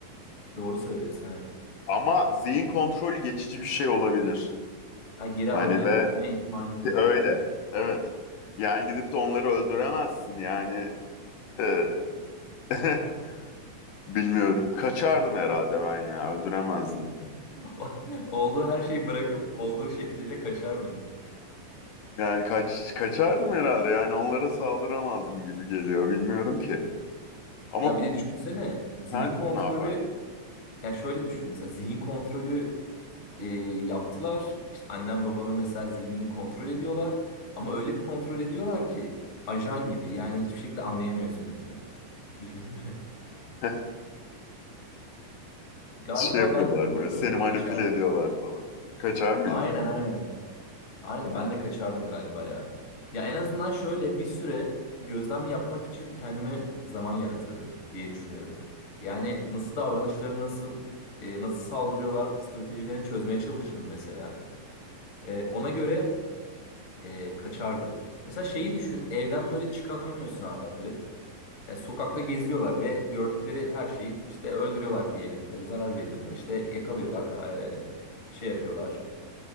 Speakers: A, on the left; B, on the left.
A: doğru söylüyorsun evet.
B: Ama zihin kontrolü geçici bir şey olabilir.
A: Ha, geri
B: Hani
A: alabilir
B: ve
A: mi ihtimalimiz olabilir
B: öyle.
A: diyorsun.
B: Evet. Yani gidip de onları öldüremezsin yani. Ee, <laughs> bilmiyorum. Kaçardım herhalde
A: Ya,
B: ben ya. Öldüremezdim.
A: <laughs> o- olduğu her şeyi bırakıp olduğu şekliyle kaçar mıydın?
B: Yani kaç kaçardım herhalde. Yani onlara saldıramazdım gibi geliyor. Bilmiyorum ki. Ama
A: Ya bir de düşünsene zihin
B: sen
A: kontrolü
B: ne yapardın?
A: ya şöyle düşün mesela zihin kontrolü e, yaptılar. İşte annen babanın mesela zihnini kontrol ediyorlar. Ama öyle bir kontrol ediyorlar ki ajan gibi. Yani hiçbir şekilde anlayamıyorsun mesela. Düşünsene.
B: <laughs>
A: <laughs> Galiba
B: Şey yapıyorlar
A: ben de bu
B: böyle seni
A: arada
B: manipüle
A: kaçardım.
B: ediyorlar falan. Kaçar mıydın?
A: Aynen aynen. Aynen ben de kaçardım galiba ya. Ya en azından şöyle bir süre gözlem yapmak için kendime zaman yaratırdım diye düşünüyorum. Yani nasıl davranışları nasıl e, nasıl saldırıyorlar stratejilerini çözmeye çalışırdım mesela. E, ona göre e, kaçardım. Mesela şeyi düşün, evden böyle çıkamıyorsun abi. Ya sokakta geziyorlar ve gördükleri her şeyi işte öldürüyorlar diyelim ya da zarar veriyorlar. İşte yakalıyorlar, e, şey yapıyorlar,